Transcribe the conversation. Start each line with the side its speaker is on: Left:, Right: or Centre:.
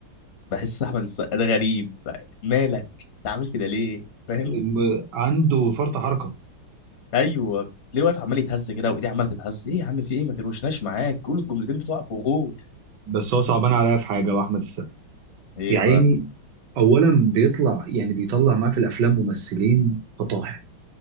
Left: بحس احمد السقا ده غريب مالك انت عامل كده ليه فاهم
Right: الم- عنده فرط حركه
Left: ايوه ليه واقف عمال يتهز كده وايديه عماله تتهز ايه يا عم في ايه ما تروشناش معاك قول الجملتين بتوعك وغور
Right: بس هو صعبان عليا في حاجه واحمد السقا
Left: ايه
Right: يا عيني
Left: بقى
Right: اولا بيطلع يعني بيطلع معاه في الافلام ممثلين فطاحل